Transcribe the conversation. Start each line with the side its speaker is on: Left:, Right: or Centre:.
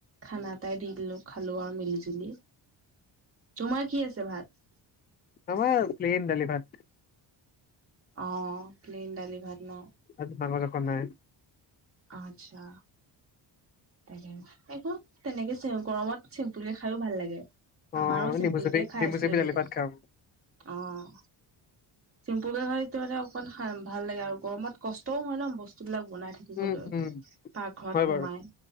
Right: খানা এটাই দি দিলো খালো আৰু মিলি জুলি। তোমাৰ কি আছে ভাত?
Left: আমাৰ প্লেইন দালি ভাত।
Right: অঁ প্লেইন ডালি ভাত ন?
Left: আজি মাংস চাংস নাই।
Right: আচ্ছা। তাকে এখন তেনেকে চেও গৰমত চিম্পুলকেও খাই ভাল লাগে। আমাৰো
Left: অ
Right: চিম্পুলকে
Left: নেমু চেপি
Right: খাই
Left: নেমু
Right: আছিলো
Left: চেপি
Right: এইকেইদিন।
Left: দালি ভাত খাম
Right: অহ। চিম্পুল কে খাইটো মানে অকমান ভাল লাগে আৰু গৰমত কষ্টও হয় ন বস্তু বিলাক বনাই থাকি
Left: উম
Right: বলৈ
Left: উম
Right: পাক ঘৰত
Left: হয়
Right: সোমাই।
Left: বাৰু